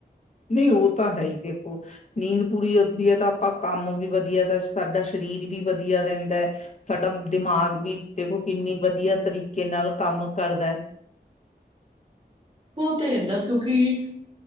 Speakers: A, on the left; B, on the right.
A: ਨਈਂ ਓਹ ਤਾਂ ਹੈ ਈ ਦੇਖੋ, ਨੀਂਦ ਪੂਰੀ ਹੁੰਦੀ ਏ ਤਾਂ ਅਪਾਂ ਕੰਮ ਵੀ ਵਧੀਆ ਤਾਂ ਸਾਡਾ ਸਰੀਰ ਵੀ ਵਧੀਆ ਰੈੰਦੈ, ਸਾਡਾ ਦਿਮਾਗ ਦਿਮਾਗ ਵੀ ਦੇਖੋ ਕਿੰਨੀ ਵਧੀਆ ਤਰੀਕੇ ਨਾਲ ਕੰਮ ਕਰਦੈ।
B: ਓਹ ਤੇ ਹੈਣਾ ਕਿਉਂਕਿ